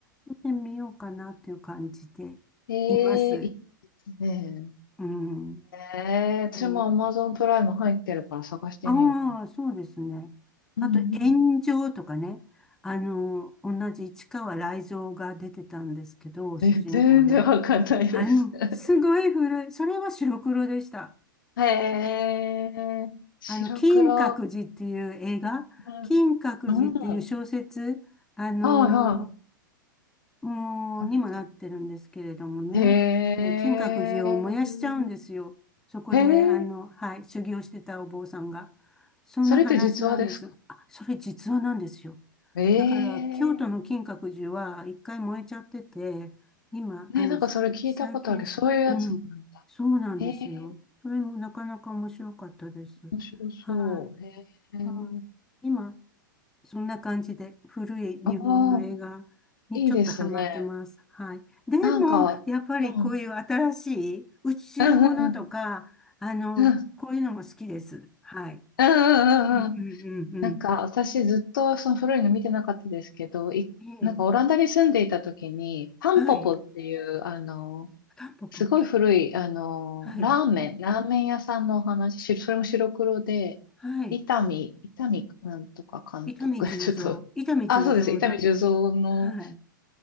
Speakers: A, in the centre; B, on the left.
A: 見てみようかなっていう感じでいます。
B: ん。へえ、いいですね。
A: うん。
B: ええ、私も
A: えー
B: Amazon プライム入ってるから探してみようかな。
A: ああ、そうですね。
B: うんうん。
A: あと、炎上とかね。あの、同じ市川雷蔵が出てたんですけど、主人公で。
B: え、全然わかんないです。
A: あの、
B: <laughs>
A: すごい古い。それは白黒でした。
B: へえ、
A: ね
B: 白黒。
A: あの、金閣寺っていう映画、
B: うん。
A: 金閣寺っていう小説、
B: うん。
A: あの
B: はいはい。
A: もう、
B: ありがとう
A: にもなってるんですけれどもね、
B: へえ。
A: えー金閣寺を燃やしちゃうんですよ。そこで、
B: へえ。
A: あの、はい、修行してたお坊さんが。そんな話なんです。
B: それって実話ですか
A: あ、それ実話なんですよ。
B: ええ
A: だから、京都の金閣寺は一回燃えちゃってて、今、
B: ー。
A: あの、
B: ね、なんかそれ聞いたことある。
A: 再建した。
B: そういうやつなんだ。
A: うん、そうなんですよ。
B: ええー、
A: それもなかなか面白かったです。
B: 面白そう。
A: はい。
B: ええー。
A: あ今、そんな感じで古い日本の映画にちょっとハマってます。
B: ああ、いいですね。
A: はい。でも、
B: なんか、
A: やっぱりこういう新しい宇宙ものとか、
B: うん、うん、うん、うん、
A: あの、
B: うん、
A: こういうのも好きです。はい。
B: うん、
A: うんうんうんうん。
B: うん。なんか私ずっとその古いの見てなかったですけど、い、
A: ええ。
B: なんかオランダに住んでいた時に、タンポポっていう、
A: はい。
B: あの、
A: タンポポキ。
B: すごい古い、あの、
A: はい。
B: ラーメン、ラーメン屋さんのお話、しそれも白黒で、
A: はい。
B: 伊丹、伊丹なんとか監督、
A: 伊丹十三。
B: <laughs> ちょっと、
A: 伊丹十三だ。
B: あ、そうです、伊丹十三の
A: はい。